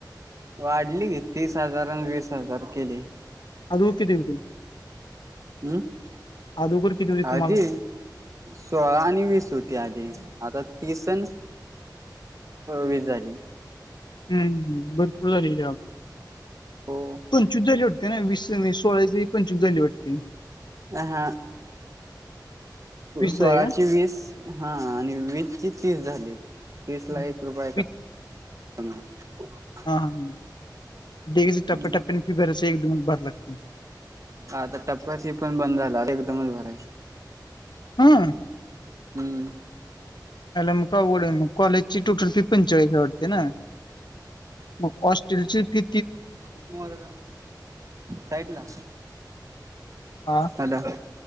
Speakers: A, on the right; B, on the left.
A: वाढली तीस हजार आणि वीस हजार केली.
B: अं होकिव तती
A: हम्
B: अगोदर किती होती तुम्हाला
A: आजी सोळा आणि वीस होती आधी आता तीसण वीज झाली.
B: हम् भरपूर झाले
A: हो
B: पंचू झाली होटते ना वस सोळा पंचवीस झाली वाटते.
A: अ हा
B: वीस
A: सोळाची
B: आहे का
A: वीस हा आणि वीजची तीस झाली तीस ला
B: हम्म.
A: एक रुपये का?
B: वीस
A: ह.
B: हा हा हग
A: हम्म
B: टप्प्याटप्प्यान फिबरचे एक दोन भर लागते.
A: हा आता टप्पची पण बंद झालाता एकदमच भरायच.
B: हम.
A: हम्म.
B: अला मग आवड आहे मग कॉजची टुटपी पंचाळीस आवडते ना. मग ऑस्ट्रेलची फि
A: तुक वार साईडला
B: हा
A: हॅलो